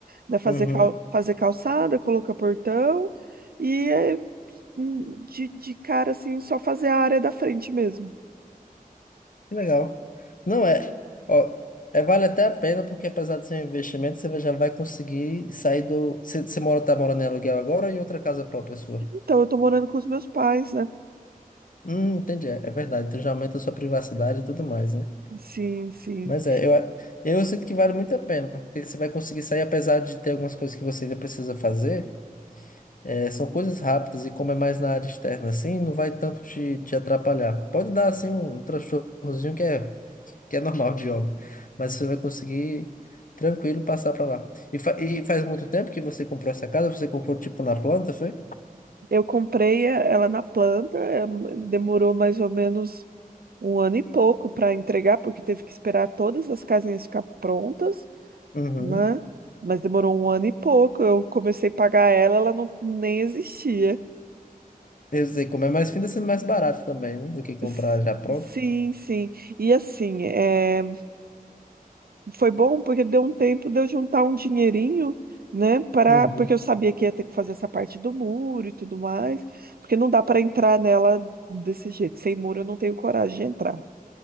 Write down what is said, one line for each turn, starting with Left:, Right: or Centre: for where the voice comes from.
Right: né? Fazer,
Left: Uhum.
Right: cal, fazer calçada, colocar portão e é, hum, de, de cara assim, só fazer a área da frente mesmo.
Left: Que legal. Não é. Ó, é, vale até a pena, porque apesar do seu investimento, você já vai conseguir sair do. Você, você mora, tá morando em aluguel agora ou em outra casa própria sua?
Right: Então, eu tô morando com os meus pais, né?
Left: Hum, entendi. É, é verdade. Então já aumenta a sua privacidade e tudo mais, né?
Right: Sim, sim.
Left: Mas é, eu, a- eu sinto que vale muito a pena, porque você vai conseguir sair, apesar de ter algumas coisas que você ainda precisa fazer. É, são coisas rápidas e como é mais na área externa, assim, não vai tanto te, te atrapalhar. Pode dar, assim, um transtornozinho que é, que é normal de obra, mas você vai conseguir tranquilo passar para lá. E, fa- e faz muito tempo que você comprou essa casa? Você comprou, tipo, na planta, foi?
Right: Eu comprei a- ela na planta, é, demorou mais ou menos um ano e pouco para entregar, porque teve que esperar todas as casinhas ficar prontas,
Left: Uhum.
Right: né? Mas demorou um ano e pouco. Eu comecei a pagar ela, ela não, nem existia.
Left: Eu sei, como é mais fino, tá sendo mais barato também, né? Do que comprar
Right: S-
Left: já pronto.
Right: Sim, sim. E assim, é, foi bom porque deu um tempo de eu juntar um dinheirinho, né? Para,
Left: Uhum.
Right: porque eu sabia que ia ter que fazer essa parte do muro e tudo mais, porque não dá para entrar nela desse jeito. Sem muro eu não tenho coragem de entrar.